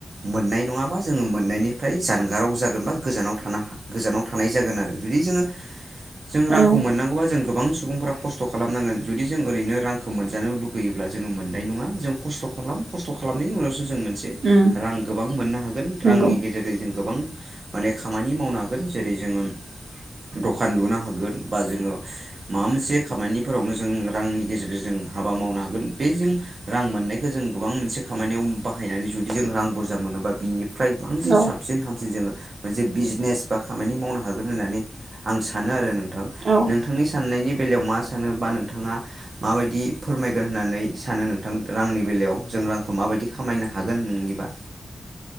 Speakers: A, on the right (about 50°); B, on the right (about 75°).
A: मोननाय नङाबा जोङो मोननायनिफ्राय जानगाराव जागोन बा गोजानाव थानो गोजानाव थानाय जागोन आरो जुदि जोङो। जों रांखौ
B: औ
A: मोननांगौबा जों गोबां सुबुंफोरा खस्थ' खालामनांगोन जुदि जों ओरैनो रांखौ मोनजानो लुगैयोब्ला जोङो मोननाय नङा जों खस्थ' खालाम खस्थ' खालामनायनि उनावसो जों मोनसे
B: उम
A: रां गोबां मोननो हागोन
B: नंगौ
A: रांनि गेजेरजों जों गोबां माने खामानि मावनो हागोन जेरै जोङो दखान लुनो हागोन बा जोङो माबा मोनसे खामानिफोरावनो जों रांनि गेजेरजों हाबा मावनो हागोन बे जों रां मोननायखौ जों गोबां मोनसे खामानियाव बाहायनानै जुदि जों रां बुरजा मोनोबा बिनिफ्राय बांसिन
B: औ
A: साबसिन हाम जोङो मोनसे बिजनेस बा खामानि मावनो हागोन होननानै आं सानो आरो नोंथांनि
B: औ
A: साननायनि बेलायाव मा सानो बा नोंथाङा मा बायदि फोरमायगोन होननानै सानो नोंथां रांनि बेलायाव जों रांखौ माबायदि खामायनो हागोन नोंनिबा?